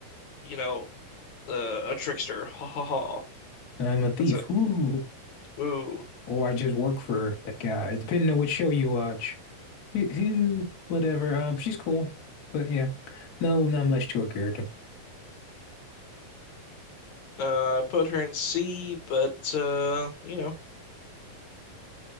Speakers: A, on the left (about 65°); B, on the left (about 35°).
A: you know, uh, a trickster. <laughs> Ha ha ha.
B: I'm a thief.
A: That's it.
B: Ooh,
A: Ooh.
B: or I just work for that guy. Depending on which show you watch. Who, who- whatever. Um, she's cool, but yeah, no, not much to her character.
A: Uh, I put her in C, but uh, you know,